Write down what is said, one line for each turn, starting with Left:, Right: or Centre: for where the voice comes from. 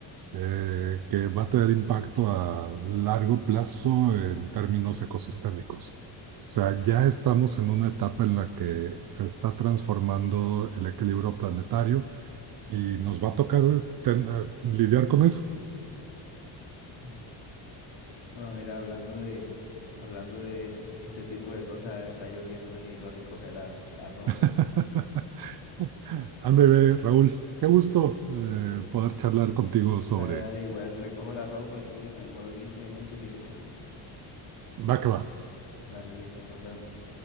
Right: eh, que va a tener impacto a largo plazo en términos ecosistémicos. O sea, ya estamos en una etapa en la que se está transformando el equilibrio planetario y nos va a tocar ten- a lidiar con eso.
Left: Mm. Bueno, mira, hablando de, hablando de este tipo de cosas, está lloviendo, necesito recoger la, la ropa.
Right: <laughs> Ándale, Raúl, qué gusto eh, poder charlar contigo
Left: <laughs>
Right: sobre
Left: Dale, dale, igual recojo la ropa aquí, me demoro 15 minutos y te llamo.
Right: va que va.
Left: Dale, listo, nos vemos.